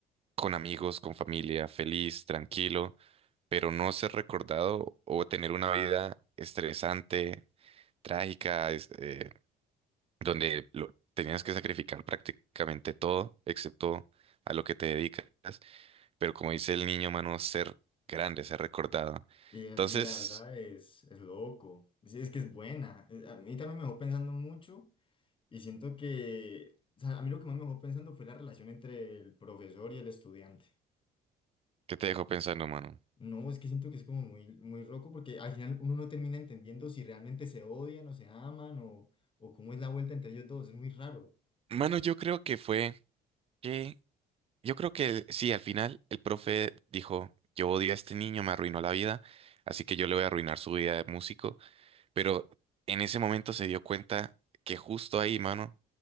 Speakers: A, on the right; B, on the left.
A: con amigos, con familia, feliz, tranquilo, pero no ser recordado o tener una vida estresante, trágica, es- eh, donde lo- tenías que sacrificar prácticamente todo, excepto a lo que te dedicas, pero como dice el niño, mano, ser grande, ser recordado.
B: Y así,
A: Entonces,
B: la verdad, es, es loco. Sí, es que es buena. Eh, A mí también me dejó pensando mucho y siento que... O sea, a mí lo que más me dejó pensando fue la relación entre el profesor y el estudiante.
A: ¿qué te dejó pensando, mano?
B: No, es que siento que es como muy, muy loco porque al final uno no termina entendiendo si realmente se odian o se aman o, o cómo es la vuelta entre ellos dos. Es muy raro.
A: Mano, yo creo que fue que, yo creo que sí, al final el profe dijo, yo odio a este niño, me arruinó la vida, así que yo le voy a arruinar su vida de músico. Pero en ese momento se dio cuenta que justo ahí, mano,